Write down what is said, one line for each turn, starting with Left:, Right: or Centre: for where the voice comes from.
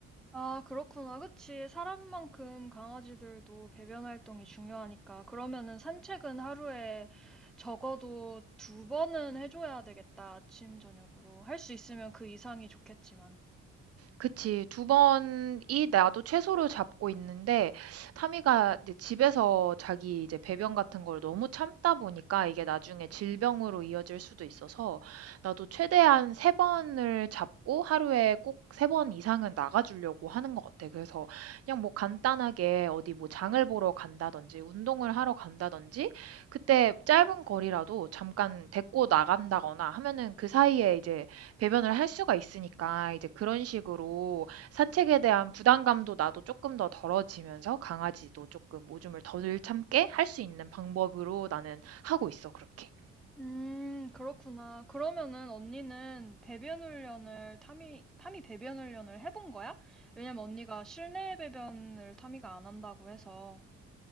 Centre: 아, 그렇구나. 그치. 사람만큼 강아지들도 배변 활동이 중요하니까. 그러면은 산책은 하루에 적어도 두 번은 해줘야 되겠다. 아침, 저녁으로. 할 수 있으면 그 이상이 좋겠지만.
Right: 그치. 2 번이 나도 최소로 잡고 있는데 타미가 이제 집에서 자기 이제 배변 같은 걸 너무 참다 보니까 이게 나중에 질병으로 이어질 수도 있어서 나도 최대한 3 번을 잡고 하루에 꼭 3번 이상은 나가 주려고 하는 것 같아. 그래서 그냥 뭐 간단하게 어디 뭐 장을 보러 간다든지 운동을 하러 간다든지 그때 짧은 거리라도 잠깐 데리고 나간다거나 하면은 그 사이에 이제 배변을 할 수가 있으니까 이제 그런 식으로 산책에 대한 부담감도 나도 조금 더 덜어지면서 강아지도 조금 오줌을 덜 참게 할 수 있는 방법으로 나는 하고 있어 그렇게.
Centre: 음, 그렇구나. 그러면은 언니는 배변 훈련을 타미, 타미 배변 훈련을 해본 거야? 왜냐면 언니가 실내 배변을 타미가 안 한다고 해서.